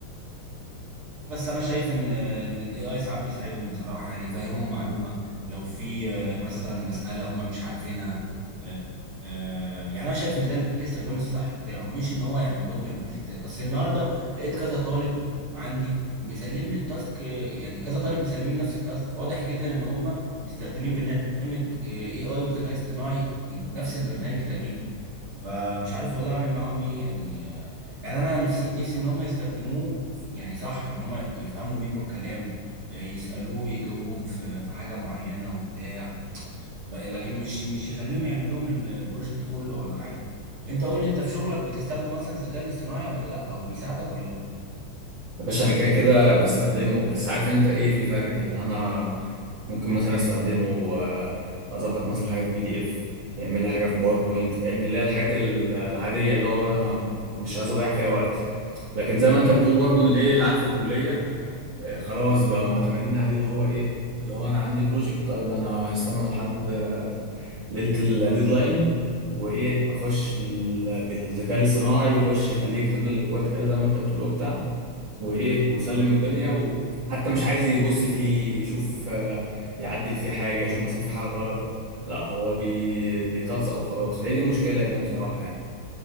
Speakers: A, on the right; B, on the right.
A: بس انا شايف ان ان الاي اي ساعات بيساعدهم بصراحه يعني يفهمهم معلومه لو في آه، مثلا مساله هم مش عارفينها آه، آه، يعني انا شايف ان ده الاستخدام الصح بتاعه مش ان هو يعمل لهم البروجكتات اصل النهارده لقيت كذا طالب عندي مسلم لي التاسك آه، يعني كذا طالب مسلمين نفس التاسك فواضح جدا ان هم مستخدمين برنامج اي اي وذكاء اصطناعي يعني نفس البرنامج تقريبا فمش عارف والله اعمل معاهم ايه يعني آه، يعني انا نفسي نفسي ان هم يستخدموه في- يعني صح ان هم يفهموا منه الكلام آه، يسالوه يجاوبهم في في حاجه معينه وبتاع ب- لكن مش مش يخليهم يعمل لهم ال- البروجكت كله ولا حاجه انت قول لي انت في شغلك بتستخدم اصلا الذكاء الاصطناعي ولا لا او بيساعدك ولا لا
B: باشا انا كده كده بستخدمه بس عارف انت ايه في فرق يعني انا ممكن مثلا استخدمه آه، اظبط مثلا حاجه في بي دي اف يعمل لي حاجه في باوربوينت فاهمني اللي هي الحاجات ال- العاديه اللي هو انا مش عايز اضيع فيها وقتي لكن زي ما انت بتقول برضو اللي ايه العيال في الكليه آه، خلاص بقى معتمدين عليه اللي هو ايه اللي هو انا عندي بروجكت طيب انا هستنى لحد آه، ليله الديدلاين وايه اخش بال... بالذكاء الاصطناعي يخش يخليه يكتب لي الاكواد كده زي ما انت بتقول وبتاع وايه وسلم الدنيا وحتى مش عايز يبص فيه يشوف آه، يعدل فيه حاجه يشوف مثلا في حاجه غلط لا هو بي بيتلصق وخلاص فهي دي المشكله يعني بصراحه يعني